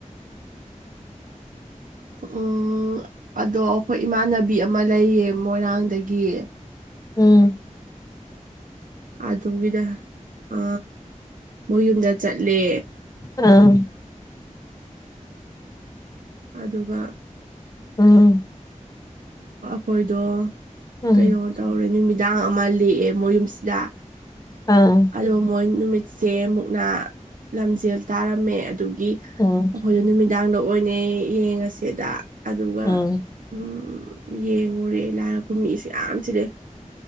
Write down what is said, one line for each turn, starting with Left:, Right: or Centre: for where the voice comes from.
Right: ꯎꯝ ꯑꯗꯣ ꯑꯩꯈꯣꯏ ꯏꯃꯥꯟꯅꯕꯤ ꯑꯃ ꯂꯩꯌꯦ ꯃꯣꯏꯔꯥꯡꯗꯒꯤ
Left: ꯎꯝ
Right: ꯑꯗꯨꯒꯤꯗ ꯑ ꯃꯣꯏꯌꯨꯝꯗ ꯆꯠꯂꯦ
Left: ꯑꯥ
Right: ꯑꯗꯨꯒ
Left: ꯎꯝ
Right: ꯑꯩꯈꯣꯏꯗꯣ
Left: ꯎꯝ
Right: ꯀꯩꯅꯣ ꯇꯧꯔꯦ ꯅꯨꯃꯤꯗꯥꯡ ꯑꯃ ꯂꯦꯛꯑꯦ ꯃꯣꯏ ꯌꯨꯝꯁꯤꯗ
Left: ꯑꯥ
Right: ꯑꯣ ꯃꯣꯏ ꯅꯨꯃꯤꯠ ꯁꯦ ꯃꯨꯛꯅꯥ ꯂꯝꯖꯦꯜ ꯇꯥꯔꯝꯃꯦ ꯑꯗꯨꯒꯤ
Left: ꯎꯝ
Right: ꯑꯩꯈꯣꯏꯗ ꯅꯨꯃꯤꯠ ꯌꯥꯡꯅ ꯑꯣꯏꯅꯦ ꯌꯦꯡꯉꯁꯦꯗ ꯑꯗꯨꯒ
Left: ꯎꯝ
Right: ꯎꯝ ꯌꯦꯡꯉꯨꯔꯦ ꯂꯥꯛꯑꯒ ꯀꯨꯝꯃꯤꯁꯤ ꯌꯥꯝ ꯆꯤꯜꯂꯦ